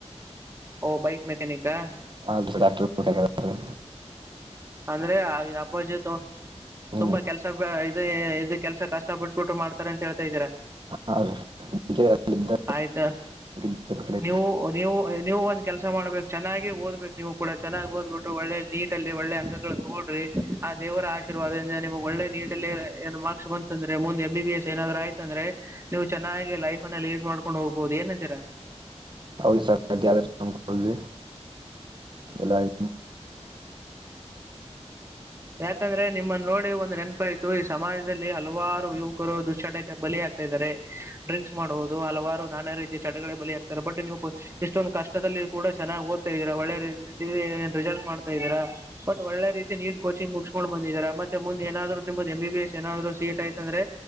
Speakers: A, on the right; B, on the right.
A: ಓ ಬೈಕ್ ಮೆಕ್ಯಾನಿಕಾ
B: ಹಾ ಸರ್ ಫೋಟೋಗ್ರಾಫರ್
A: ಅಂದ್ರೆ ಅಪ್ಪಾಜಿದು
B: ಹ್ಞೂ
A: ತುಂಬಾ ಕೆಲ್ಸ ಇದು ಕೆಲಸ ಕಷ್ಟಪಟ್ಬಿ ಬಿಟ್ಟು ಮಾಡ್ತಾರೆ ಅಂತ ಹೇಳ ಹೇಳ್ತಾಯಿದಿರ
B: ಹಾಂ ರೀ ಅದಕ್ಕೆ ಅಲ್ಲಿದ್ದ
A: ಆಯ್ತಾ
B: ಇದ್ದ ಕಡೆ
A: ನೀವು ನೀವು ನೀವು ಒಂದ್ ಕೆಲಸ ಮಾಡ್ಬೇಕು ಚೆನ್ನಾಗಿ ಓದ್ಬೇಕು ನೀವು ಕೂಡ ಚೆನ್ನಾಗಿ ಓದ್ಬಿಟ್ಟು ಒಳ್ಳೆ ನಿಟ್ ಅಲ್ಲಿ ಒಳ್ಳೆ ಅಂಕಗಳು ತಗೋಡ್ರಿ ಆ ದೇವರ ಆಶೀರ್ವಾದದಿಂದ ನಿಮ್ಗ್ ಒಳ್ಳೆ ನಿಟ್ ಅಲ್ಲಿ ಮಾರ್ಕ್ಸ್ ಬಂತಂದ್ರೆ ಮುಂದೆ ಎ ಬಿ ಬಿ ಎಸ್ ಏನಾದ್ರು ಆಯ್ತಂದ್ರೆ ನೀವು ಚೆನ್ನಾಗಿ ಲೈಫ್ ಅನ್ನ ಲೀಡ್ ಮಾಡ್ಕೊಂಡು ಹೋಗ್ಬಹುದು ಏನ್ಂತೀರಾ
B: ಹೌದು ಸರ್ ಎಲ್ಲ <inaudible>
A: ಯಾಕಂದ್ರೆ ನಿಮ್ಮನ್ನು ನೋಡಿ ಒಂದ್ ನೆನಪ ಇತು ಈ ಸಮಾಜದಲ್ಲಿ ಹಲವಾರು ಯುವಕರು ದುಶ್ಚಟಕ್ಕೆ ಬಲಿ ಆಗ್ತಿದಾರೆ ಡ್ರಿಂಕ್ಸ್ ಮಾಡ್ಬಹುದು ಹಲವಾರು ನಾನಾ ರೀತಿಯ ಚಟಗಳೇ ಬಲಿ ಆಕ್ತಾರೆ ಬಟ್ ನೀವು ಇಷ್ಟೊಂದು್ ಕಷ್ಟದಲ್ಲಿ ಕೂಡ ಚನ್ನಾಗ್ ಓದತಇದೀರಾ ಒಳ್ಳೆ ರಿಸಲ್ಟ್ ಮಾಡ್ತಾ ಇದೀರಾ ಬಟ್ ಒಳ್ಳೆ ರೀತಿ ನಿಟ್ ಕೋಚಿಂಗ್ ಮುುಕ್ಸ್ಕೊಂಡ್ ಬಂದಿದಿರ ಮತ್ತೆ ಮುಂದ್ ಏನಾದ್ರು ನಿಮ್ದ ಎಂಬ ಬಿ ಎಸ್ ಏನಾದ್ರು ಸೀಟ್ ಆಯ್ತಂದ್ರೆ